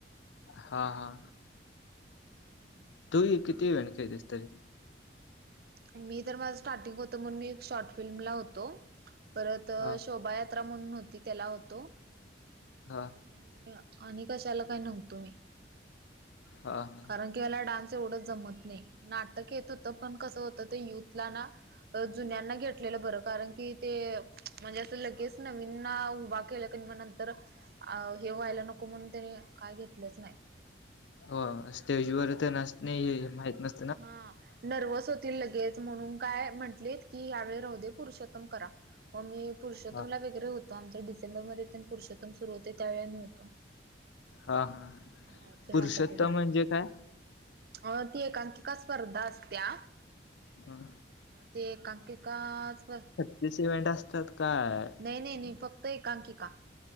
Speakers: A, on the left (about 75°); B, on the right (about 55°).
A: हा हा.
B: <inaudible>
A: किती किती इव्हेंट खेळतेस तरी?
B: मी तर माझं स्टार्टिंग होत म्हण मी एक शॉर्ट फिल्मला होतो. परत
A: हा
B: शोभायात्रा म्हणून होती त्याला होतो.
A: हा
B: आणि आणि कशाला काय नव्हतो मी.
A: हा हा.
B: कारण की याला डान्स एवढंच जमत नाही नाटक येत होतं पण कसं होतं ते युथला ना. अ जुन्यांना घेतलेलं बरं कारण की ते. म्हणजे असं लगेस नवीनना उभा केलं की नई मग नंतर. अ हे व्हायला नको म्हणून त्याने काय घेतलंच नाही.
A: हो स्टेज वर तर नस नाही माहित नस
B: हा नर्वस होतील लगेच म्हणून काय म्हंटलीत. की यावेळी राहू दे पुरुषोत्तम करा मग मी पुरुषोतमला
A: हा
B: वगरे हो तो आमच्या डिसेंबरमध्येध्ये प पुरुषोतम सुर त्यावेे आमी होतो.
A: हा हा
B: बाहेरचे
A: पुरुषोत्तम
B: नाटक वगैरे
A: म्हणजे काय?
B: अ ती एकांकिका स्पर्धा असत्या.
A: हा.
B: मग ते एकांकिका स्पर्ध
A: तिस इव्हेंट असतात काय.
B: नाही नाही नाही, फक्त एकांकिका.